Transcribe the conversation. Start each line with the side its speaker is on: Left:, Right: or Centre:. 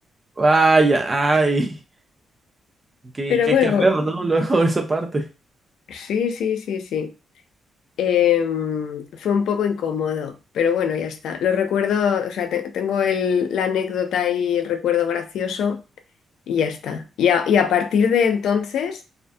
Right: Vaya, ay. Qué,
Left: Pero
Right: qué,
Left: bueno,
Right: qué feo, ¿no? Luego esa parte.
Left: sí, sí, sí, sí. Em, fue un poco incómodo, pero bueno, ya está. Lo recuerdo, o sea, te- tengo el- la anécdota y el recuerdo gracioso y ya está. Y a, y a partir de entonces,